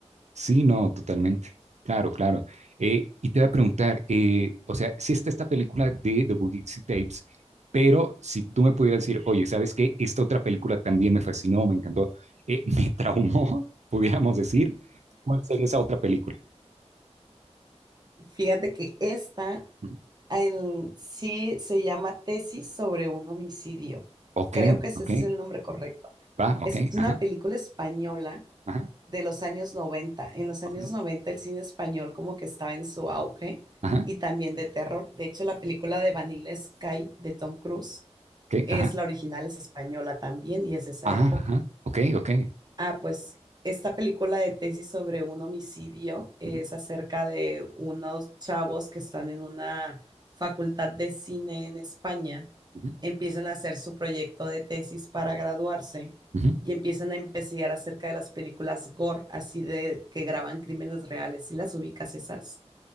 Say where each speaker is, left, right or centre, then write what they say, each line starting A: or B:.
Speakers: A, on the right (about 75°); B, on the right (about 35°).
A: Sí, no, totalmente. Claro, claro. Eh, y te voy a preguntar, eh, o sea, si está esta película de The Bugixi Tapes, pero si tú me pudieras decir, oye, ¿sabes qué? Esta otra película también me fascinó, me encantó, eh, <laughs> me traumó, pudiéramos decir, ¿cuál sería esa otra película?
B: Fíjate que esta
A: Ujú.
B: en, sí se llama Tesis sobre un homicidio.
A: Ok,
B: Creo que ese
A: ok,
B: es el nombre correcto.
A: va, ok,
B: Es una
A: ajá,
B: película española
A: ajá,
B: de los años 90. En los
A: ok,
B: años 90 el cine español como que estaba en su auge
A: ajá,
B: y también de terror. De hecho, la película de Vanilla Sky de Tom Cruise
A: ok,
B: es
A: ajá,
B: la original, es española también y es de esa
A: ajá,
B: época.
A: ajá, ok, ok.
B: Ah, pues esta película de tesis sobre un homicidio es
A: ujú,
B: acerca de unos chavos que están en una facultad de cine en España
A: ujú,
B: empiezan a hacer su proyecto de tesis para graduarse
A: ujú.
B: y empiezan a investigar acerca de las películas gore, así de que graban crímenes reales. ¿Y las ubicas esas?